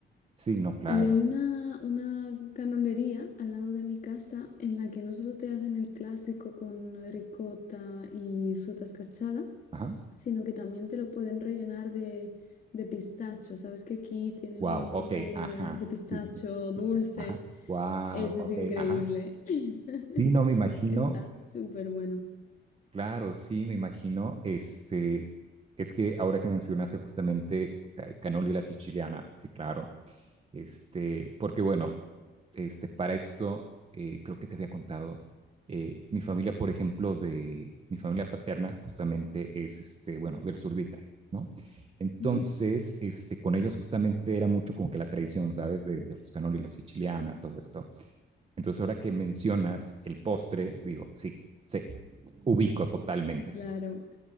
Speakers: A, on the right; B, on the left.
A: Sí, no, claro.
B: y hay una, una canolería al lado de mi casa en la que no solo te hacen el clásico con ricota y fruta escarchada,
A: Ajá.
B: sino que también te lo pueden rellenar de, de pistacho. Sabes que aquí tienen
A: Wow,
B: un montón
A: ok,
B: de, de,
A: ajá.
B: de pistacho
A: Sí, sí, súper.
B: dulce.
A: Ajá. Wow,
B: Ese
A: ok,
B: es increíble.
A: ajá.
B: <laughs>
A: Sí, no me imagino,
B: Está súper bueno.
A: claro, sí, me imagino, este, es que ahora que mencionaste justamente, o sea, canola y la siciliana, sí, claro. Este, porque bueno, este, para esto eh, creo que te había contado, eh, mi familia, por ejemplo, de mi familia paterna justamente es, este, bueno, del sur de Italia, ¿no? Entonces,
B: Mm,
A: este, con ellos justamente era mucho como que la tradición, ¿sabes? De, de los canoli, la siciliana, todo esto. Entonces, ahora que mencionas el postre, digo, sí, sí, ubico totalmente ese
B: Claro.
A: postre.